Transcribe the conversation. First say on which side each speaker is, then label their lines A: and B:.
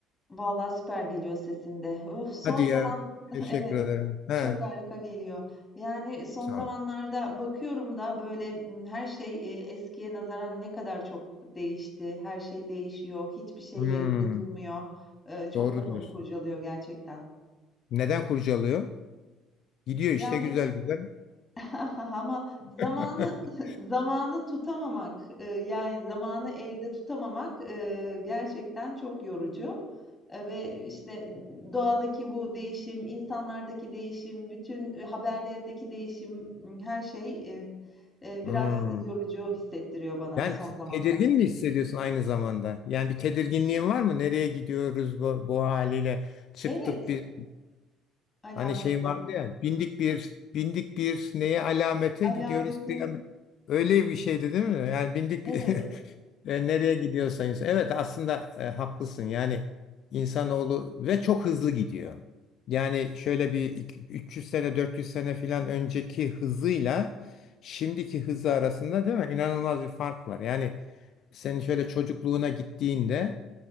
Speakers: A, on the left (about 20°); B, on the left (about 60°).
A: Vallahi süper geliyor sesinde. Uf, son
B: Hadi
A: zaman
B: ya,
A: <laughs>
B: teşekkür
A: evet
B: ederim. He,
A: çok harika geliyor. Yani son
B: sağ
A: zamanlarda
B: ol.
A: bakıyorum da böyle m, her şey e, eskiye nazaran ne kadar çok değişti. Her şey değişiyor. Hiçbir şey
B: Hmm,
A: yerinde durmuyor. Ee, çok
B: doğru
A: kafamı
B: diyorsun.
A: kurcalıyor gerçekten.
B: Neden kurcalıyor? Gidiyor işte
A: Yani
B: güzel güzel.
A: <laughs> Ama zamanı
B: <laughs>
A: <laughs> zamanı tutamamak, eee, yani, zamanı elde tutamamak, eee, gerçekten çok yorucu, eee, ve, işte, doğadaki bu değişim, insanlardaki değişim, bütün, eee, haberlerdeki değişim, her şey, eee, eee,
B: Hmm.
A: biraz yorucu hissettiriyor bana
B: Yani
A: son
B: te-
A: zamanlarda.
B: tedirgin mi hissediyorsun aynı zamanda? Yani bir tedirginliğin var mı? Nereye gidiyoruz bu, bu haliyle? Çıktık
A: Evet,
B: bir
A: alameti,
B: hani şey vardı ya bindik bir bindik bir neye alamete
A: alameti,
B: gidiyoruz kıyamet. Öyle bir şeydi değil mi? Yani bindik
A: evet.
B: bir <laughs> E, nereye gidiyorsa insan. Evet aslında e, haklısın. Yani insanoğlu ve çok hızlı gidiyor. Yani şöyle bir iki- 300 sene 400 sene filan önceki hızıyla şimdiki hızı arasında değil mi? İnanılmaz bir fark var. Yani senin şöyle çocukluğuna gittiğinde